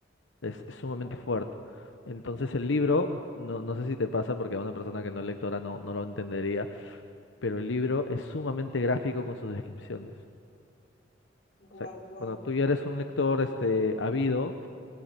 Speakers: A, on the left; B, on the left.
A: Es, es sumamente
B: Wow,
A: fuerte. Entonces el libro, no, no sé si te pasa porque a una persona que no es lectora no, no lo entendería, pero el libro es sumamente gráfico con sus descripciones. O
B: wow,
A: sea,
B: wow.
A: cuando tú ya eres un lector este, ávido